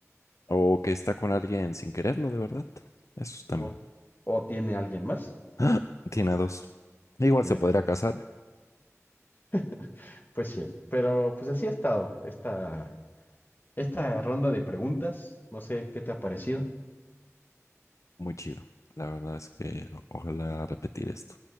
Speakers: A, on the left; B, on the left.
A: O que está con alguien sin quererlo, de verdad. Eso también.
B: O, o tiene alguien más.
A: <gasps> Tiene a dos. Igual
B: Tiene
A: se podría
B: a-
A: casar.
B: <laughs> Pues sí, pero pues así ha estado esta, esta ronda de preguntas. No sé qué te ha parecido.
A: Muy chido. La verdad es que ojalá repetir esto.